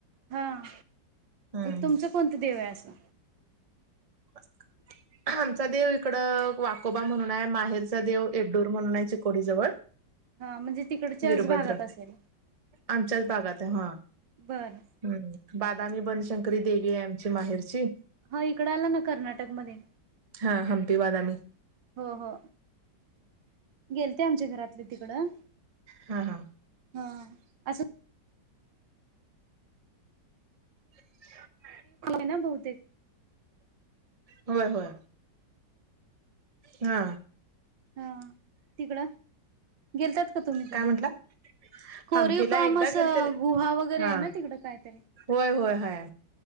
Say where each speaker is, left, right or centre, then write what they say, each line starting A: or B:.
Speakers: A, on the right; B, on the right.
A: हा
B: हम्म.
A: तुमच कोणत देव आहे असं?
B: अ <inaudible> आमचा देव इकड वाकोबा म्हणून आहे माहेरचा देव एड्डूर म्हणून आहे चिकोडीजवळ.
A: हा म्हणजे तिकडच्याच
B: वीरभद्र
A: भागात असेल.
B: आमच्याच भागात आहे हा.
A: बरं
B: हम्म बादामी बनशंकरी देवी आहे आमची माहेरची.
A: ह इकड आला ना कर्नाटकमध्ये.
B: हा हम्पी वादामी.
A: हो हो गेल ते आमच्या घरातले तिकडं
B: हा हा.
A: हा. असं
B: <inaudible>
A: <inaudible> ना भावतेक.
B: होय होय हा.
A: हा तिकडं गेलतात का तुम्ही कधी?
B: काय म्हंटला?
A: कोरीव
B: हंपीला
A: काम
B: एकदा
A: असं
B: गेलते
A: गुहा वगैरे
B: हा
A: आय ना तिकडं कायतरी?
B: होय होय हाय.